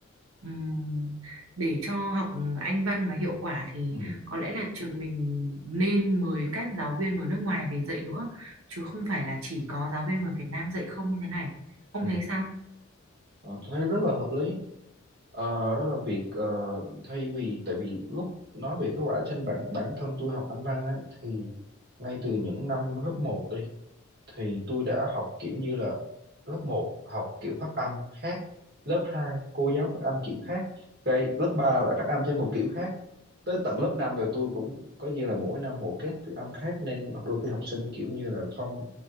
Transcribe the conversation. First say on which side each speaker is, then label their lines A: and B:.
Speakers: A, on the right; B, on the right.
A: Ừm, để cho học Anh văn mà hiệu quả thì
B: Ừ.
A: có lẽ là trường mình nên mời các giáo viên của nước ngoài về dạy nữa chứ không phải là chỉ có giáo viên người Việt Nam dạy không như thế này ông
B: Ừ.
A: thấy sao
B: Ờ, tôi thấy rất là hợp lý Ờ, đó là việc ờ, thay vì tại vì lúc nói về cái quá trình bản bản thân tôi học Anh văn á thì ngay từ những năm lớp một đi thì tôi đã học kiểu như là lớp một học kiểu phát âm khác lớp 2 cô giáo phát âm kiểu khác cái lớp 3 lại phát âm thêm một kiểu khác tới tận lớp 5 rồi tôi cũng có như là mỗi năm một cách phát âm khác nên đôi khi học sinh kiểu như là không